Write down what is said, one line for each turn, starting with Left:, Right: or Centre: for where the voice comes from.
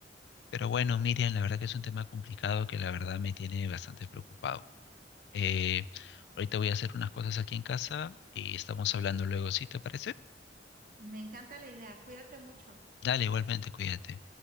Left: Pero bueno, Miriam, la verdad que es un tema complicado que la verdad me tiene bastante preocupado. Eh, ahorita voy a hacer unas cosas aquí en casa y estamos hablando luego, ¿sí? ¿Te parece?
Right: Me encanta la idea. Cuídate mucho.
Left: Dale, igualmente, cuídate.